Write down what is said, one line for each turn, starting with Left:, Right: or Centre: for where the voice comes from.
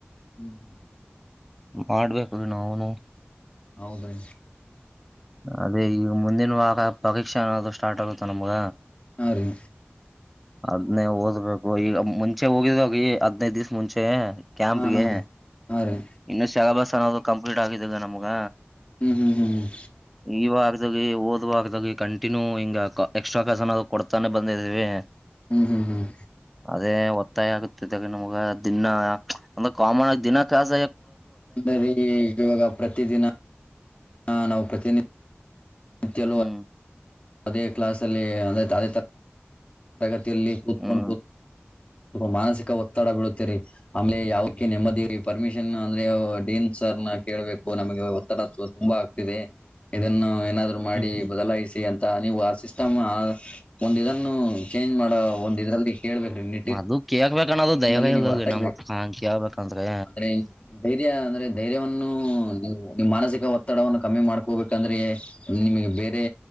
Left: ಹ್ಮ್ ಹ್ಮ್
Centre: ಮಾಡ್ಬೇಕ್ರೀ ನಾವೂನು
Left: ಹೌದ್ರೀ
Centre: ಅದೇ ಈಗ ಮುಂದಿನ ವಾರ ಪರೀಕ್ಷೆ ಅನ್ನೋದು ಸ್ಟಾರ್ಟ್ ಆಗುತ್ತ ನಮ್ಗ.
Left: ಹಾ ರೀ
Centre: ಅದ್ನೇ ಓದ್ ಕೊಬೇಕು ಈಗ ಮುಂಚೆ ಹೋಗಿದ್ವಲ್ರೀ ಈ ಹದ್ನೈದ್ ದಿವ್ಸ ಮುಂಚೆ ಕ್ಯಾಂಪ್ಗೆ
Left: ಹಾ ಹಾ ಹಾ ರೀ
Centre: ಇನ್ನು ಸೆಲಬಸ್ ಅನ್ನೋದು ಕಂಪ್ಲೀಟ್ ಆಗಿದ್ದಿಲ್ ನಮ್ಗ
Left: ಹ್ಮ್ ಹ್ಮ್ ಹ್ಮ ಹ್ಮ
Centre: ಈ ವಾರ್ದಾಗ ಓದ್ ಕಂಟಿನ್ಯೂ ಹಿಂಗ ಎಕ್ಸ್ಟ್ರಾ ಕ್ಲಾಸ್ ಅನ್ನದು ಕೊಡ್ತಾನೆ ಬಂದಿದಿವಿ.
Left: ಹ್ಮ್ ಹ್ಮ್ ಹ್ಮ್
Centre: ಅದೇ ಒತ್ತಾಯ ಆಗುತ್ತಿದೀಗ ನಮ್ಗ ದಿನ್ನಾ ಒಂದ ಕಾಮನ್ ಆಗಿ ದಿನ ಕ್ಲಾಸ
Left: ಅಂದ್ರೀ ಇವಾಗ ಪ್ರತಿ ದಿನ ಹಾ ನಾವು ಪ್ರತಿನಿಧಿ ನಿತ್ಯಲೂ
Centre: ಹ್ಮ್
Left: ಅದೇ ಕ್ಲಾಾಸ ಅಲ್ಲಿ ಅಂದ್ರೆ ತದೇ ತ <inaudible> ತಗತಿಯಲ್ಲಿ ಕೂತ್ಕೊಂಡು
Centre: ಹ್ಮ್
Left: ಕೂತ್ ಮಾನಸಿಕ ಒತ್ತಡ ಬಿೀಳುತ್ತೇರಿ ಆಮಲೆ ಯಾವಕ್ಕೆ ನೆಮ್ಮದಿ ಪರ್ಮಿಷನ್ ಅಂದ್ರೆ ಡನ್ ಕೇಳಬೇಕು ನಮಗೆ ಒತ್ತರತ್ವ ತುಂಬಾ ಆಗ್ತಿದೆ ಇದನ್ನು ಏನಾದ್ರು ಮಾಡಿ
Centre: ಹ್ಮ್
Left: ಬದಲಾಯಿಸಿ ಅಂತ ನೀವು ಆ ಸಿಸ್ಟಮ್ ಆ ಒಂದು ಇದನ್ನು ಚೇಂಜ್ ಮಾಡೋ ಒಂದ ಇದ್ರಲ್ಲಿ ಕೇಬೇಕು ನಿಟ್ಟ
Centre: ಅದು ಕೇಳ್ಬೇಕ ಅನ್ನೋದು ದಯವ
Left: ಲ್ಲಿ ನೀವು್
Centre: ಇಲ್ದಲ್ರಿ
Left: ವರ್ತಿಸಬೇಕು
Centre: ನಮ್ ಮತ್ ಹಂಗ ಕೇಳ್ಬೇಕಂದ್ರೆ
Left: ಅಂದ್ರೆ ಧೈರ್ಯ ಅಂದ್ರೆ ಧೈರ್ಯವನ್ನು ನೀವು ನಿಮ್ಮ್ ಮಾನಸಿಕ ಗ ಒತ್ತಡವನ್ನು ಕಮ್ಮಿ ಮಾಡ್ಕೋಬೇಕಂದ್ರೆ ನಿಮಗೆ ಬೇರೆ